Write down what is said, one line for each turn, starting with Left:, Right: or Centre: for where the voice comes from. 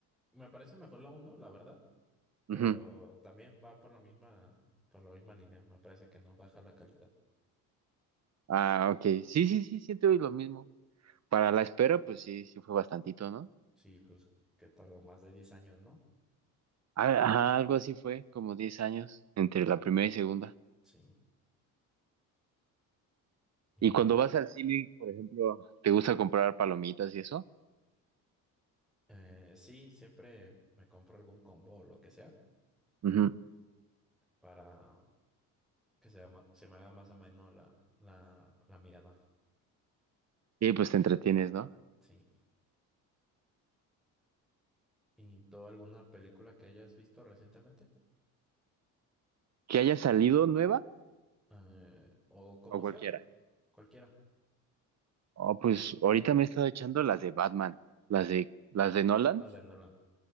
Centre: me parece mejor la uno, la verdad pero
Right: Ujú.
Centre: también va por la misma, por la misma línea. Me parece que no baja la calidad.
Right: Ah, ok. Sí, sí, sí, siento lo mismo. Para la espera, pues sí, sí fue bastantito, ¿no?
Centre: Sí, pues que tardó más de diez años, ¿no?
Right: Ah, Ajá, algo así fue, como 10 años entre la primera y segunda.
Centre: Sí. Y
Right: Y cuando vas al cine, por ejemplo, te gusta comprar palomitas y eso.
Centre: eh, sí, siempre me compro algún combo o lo que sea
Right: Ujú.
Centre: para que se, ama- se me haga más o menos la, la, la mirada.
Right: Y pues te entretienes, ¿no?
Centre: Sí. ¿Y tú alguna película que hayas visto recientemente?
Right: Que haya salido nueva
Centre: Eh, o como
Right: o cualquiera.
Centre: sea, cualquiera.
Right: Oh, pues ahorita me he estado echando las de Batman, las de las de Nolan.
Centre: Las de Nolan.